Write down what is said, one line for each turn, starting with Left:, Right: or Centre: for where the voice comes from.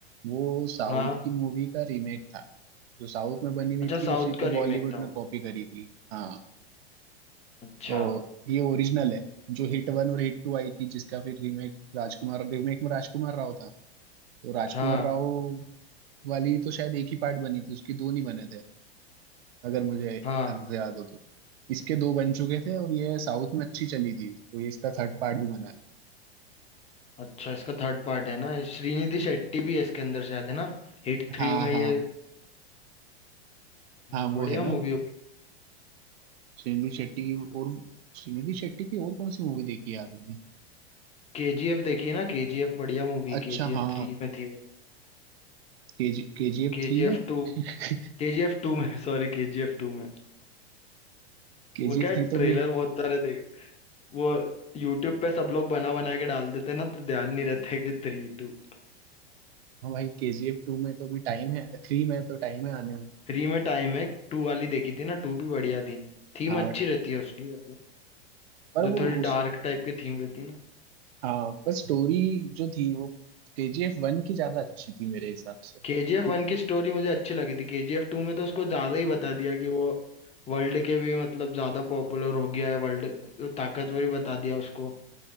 Right: वो साउथ
Left: हाँ
Right: की मूवी का रीमेक था जो साउथ में बनी हुई
Left: अच्छा
Right: थी
Left: साउथ
Right: उसी को
Left: का रीमेक
Right: बॉलीवुड
Left: था
Right: ने
Left: वो
Right: कॉपी करी थी हाँ
Left: अच्छा
Right: तो ये ओरिजिनल है जो हिट वन और हिट टू आई थी जिसका फिर रीमेक राजकुमार रीमेक में राजकुमार राव था तो राजकुमार
Left: हाँ
Right: राव वाली तो शायद एक ही पार्ट बनी थी उसकी दो नहीं बने थे अगर मुझे
Left: हाँ
Right: ढंग से याद हो तो इसके दो बन चुके थे और ये साउथ में अच्छी चली थी तो ये इसका थर्ड पार्ट भी बना है
Left: अच्छा इसका थर्ड पार्ट है ना ये श्रीनिधि शेट्टी भी है इसके अंदर शायद है ना हिट थ्री
Right: हाँ
Left: में
Right: हाँ
Left: ये
Right: हाँ
Left: हाँ बढ़िया
Right: वो है ना
Left: मूवी होगी
Right: श्रीनिधि शेट्टी की और श्रीनिधि शेट्टी की और कौन सी मूवी देखी है यार मैंने?
Left: केजीएफ देखिए ना केजीएफ बढ़िया मूवी
Right: अच्छा
Left: केजीएफ
Right: हाँ
Left: थ्री में थी वो
Right: केजी केजीएफ
Left: KGF
Right: थ्री में
Left: two
Right: <laughs>
Left: केजीएफ टू में <laughs> सॉरी केजीएफ टू में
Right: केजीएफ
Left: वो क्या
Right: थ्री तो
Left: ट्रेलर
Right: भी
Left: बहुत सारे देख वो यूट्यूब पे सब लोग बना बना के डाल देते हैं ना तो ध्यान नहीं रहता है कि थ्री टू
Right: हाँ भाई केजीएफ टू में तो भी टाइम है थ्री में तो टाइम है आने में
Left: थ्री में टाइम है टू वाली देखी थी ना टू भी बढ़िया थी थीम
Right: हाँ
Left: अच्छी रहती है उसकी वैसे,
Right: पर
Left: जो
Right: वो
Left: थोड़ी
Right: उस
Left: डार्क टाइप की थीम रहती है ना
Right: हाँ पर स्टोरी जो थी वो केजीएफ वन की ज्यादा अच्छी थी मेरे हिसाब से तो
Left: केजीएफ वन की स्टोरी मुझे अच्छी लगी थी केजीएफ टू में तो उसको ज्यादा ही बता दिया कि वो वर्ल्ड के भी मतलब ज्यादा पॉपुलर हो गया है वर्ल्ड ताकतवर ही बता दिया उसको